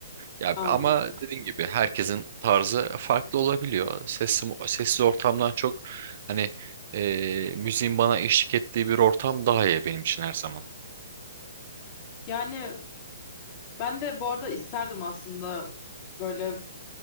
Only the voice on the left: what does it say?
Anladım.
Yani ben de bu arada isterdim aslında böyle